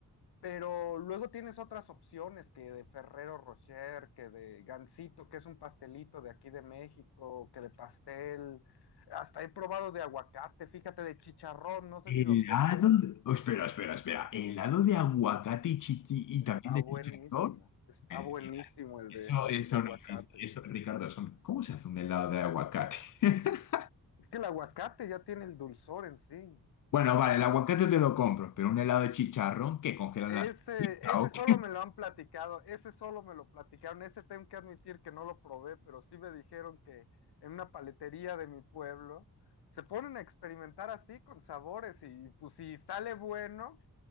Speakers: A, on the left (about 80°); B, on the left (about 55°).
A: Pero luego tienes otras opciones que de Ferrero Rocher, que de Gansito, que es un pastelito de aquí de México, que de pastel. Hasta he probado de aguacate, fíjate, de chicharrón, no sé
B: Helado.
A: si lo topes.
B: de- oh, espera, espera, espera. Helado de aguacate y chiqui y
A: Está
B: también de
A: buenísimo,
B: chicharrón.
A: está
B: Mentira.
A: buenísimo el
B: Eso,
A: de,
B: eso
A: de aguacate.
B: no existe. Eso, Ricardo, eso no- ¿cómo se hace un helado de aguacate? <laughs>
A: Es que el aguacate ya tiene el dulzor en sí.
B: Bueno, vale, el aguacate te lo compro, pero un helado de chicharrón que congelan
A: Ese,
B: la. <laughs>
A: ese
B: ¿O
A: solo
B: qué?
A: me lo han platicado, ese solo me lo platicaron, ese tengo que admitir que no lo probé, pero sí me dijeron que en una paletería de mi pueblo se ponen a experimentar así con sabores y pues si sale bueno,